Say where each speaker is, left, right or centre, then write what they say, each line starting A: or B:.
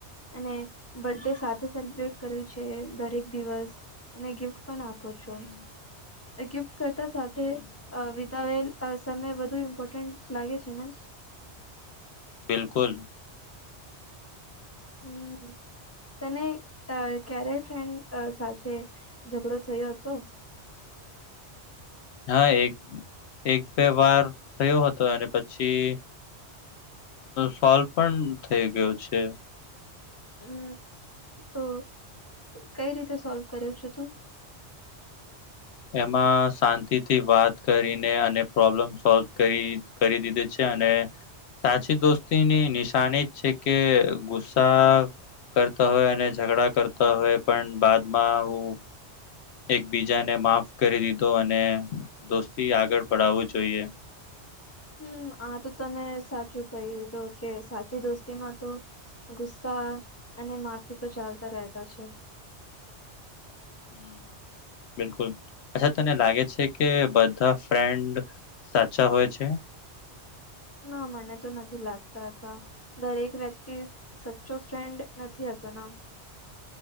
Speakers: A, on the left; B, on the left.
A: અને બર્ ડે સાથે સેલિબ્રેટ કર્યું છે, દરેક દિવસ અને ગિફ્ટ પણ આપ
B: હમ
A: છો ગિફ્ટ કરતા સાથે
B: હમ
A: વિતાવેલ અ સમય વધુ ઇમ્પોર્ટન્ટ લાગે છેને.
B: બિલકુલ
A: હમ્મ તને ક્યારેય ફ્રેન્ડ સાથે ઝઘડો થયો હતો.
B: હા એક એક બે વાર થયો હતો અને પછી સોલ્વ પણ થઈ ગયો છે.
A: હમ તો કઈ રીતે સોલ્વ કર્યો છુ, તુ
B: એમાં શાંતિથી વાત કરીને અને પ્રોબ્લમ સોલ્વ કરી કરી દીધું છે, અને સાચી દોસ્તીની નિશાની જ છે કે ગુસ્સા કરતા હોય અને ઝઘડા કરતા હોય, પણ બાદમા હુ એકબીજાને માફ કરી દીધો અને દોસ્તી આગળ પડાવવું જોઈએ.
A: હમ આ તો તમે સાચું કહી દીધું કે સાચી દોસ્તીમાં તો ગુસ્સા અને માફી તો ચાલતા રહેતા છે.
B: હ બિલકુલ અચ્છા તને લાગે છે કે બધા ફ્રેન્ડ સાચા હોય છે.
A: ના મને તો નથી લાગતા હતા દરેક વ્યક્તિ સચ્ચો ફ્રેન્ડ નથી હતો ના